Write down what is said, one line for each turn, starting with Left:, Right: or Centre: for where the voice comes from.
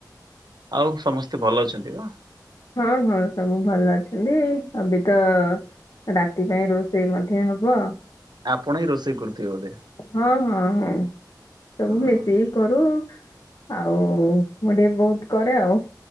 Right: ଆଉ ସମସ୍ତେ ଭଲ ଅଛନ୍ତି ତ।
Left: ହଁ ହଁ ସବୁ ଭଲ ଅଛନ୍ତି ଅବି ତ ରାତି ପାଇଁ ରୋଷେଇ ମଧ୍ୟ ହବ।
Right: ଆପଣ ହିଁ ରୋଷେଇ କରୁଥିବେ ବୋଧେ।
Left: ହଁ ହଁ ହଁ। ସବୁ
Right: ହଁ
Left: ମିଶିକି କରୁ ଆଉ ମୁଁ ଟିକେ ବହୁତ୍ କରେ ଆଉ।